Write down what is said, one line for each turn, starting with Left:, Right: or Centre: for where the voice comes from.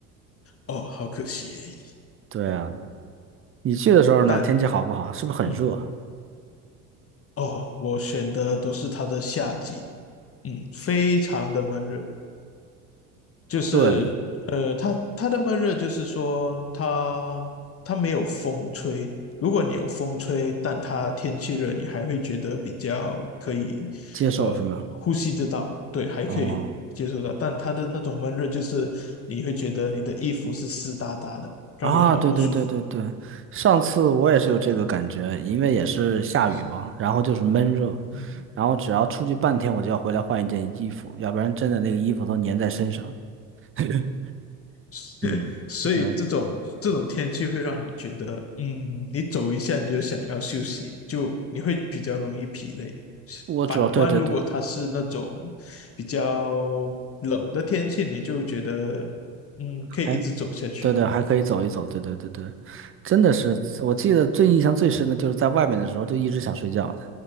Left: 哦，好可惜耶
Right: 对啊，你去的时候呢，
Left: 但
Right: 天气好不好？是不是很热啊？
Left: 嗯，哦，我选的都是它的夏季。嗯，非常的闷热，就是呃，
Right: 对，
Left: 它它的闷热就是说它它没有风吹，如果你有风吹，但它天气热，你还会觉得比较可以呃呼吸得到，
Right: 接受是吗？
Left: 对，还可以接受到，
Right: 哦，
Left: 但它的那种闷热就是你会觉得你的衣服是湿哒哒的，让你好不舒服。
Right: 啊，对对对对对，上次我也是有这个感觉，因为也是下雨嘛，
Left: 是
Right: 然后就是闷热，
Left: 嗯。
Right: 然后只要出去半天，我就要回来换一件衣服，要不然真的那个衣服都粘在身上。<laughs>
Left: <laughs>
Right: 嗯，
Left: 所以这种这种天气会让你觉得，
Right: 对，
Left: 嗯，你走一下你就想要休息，就你会比较容易疲累。
Right: 我主要对对对，
Left: 反观如果它是那种比较冷的天气，你就觉得，嗯，
Right: 还
Left: 可以一直走下去，
Right: 对对，还可以走一走，对对对对，真的是，我记得最印象最深的就是在外面的时候就一直想睡觉的，